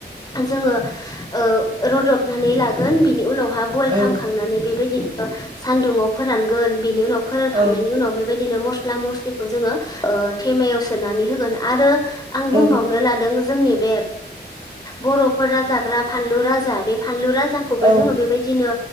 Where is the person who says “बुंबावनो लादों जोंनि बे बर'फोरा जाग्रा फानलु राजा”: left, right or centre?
Left